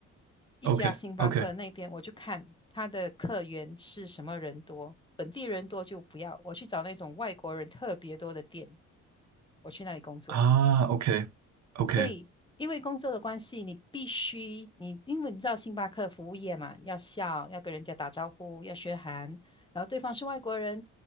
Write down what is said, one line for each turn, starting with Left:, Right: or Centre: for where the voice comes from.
Left: 一家星巴克那边，
Right: ，OK OK
Left: 我就看他的客源是什么人多，本地人多就不要，我去找那种外国人特别多的店，我去那里工作。
Right: 啊，OK OK
Left: 所以因为工作的关系，你必须你因为你知道星巴克服务业嘛，要笑，要跟人家打招呼，要学韩，然后对方是外国人，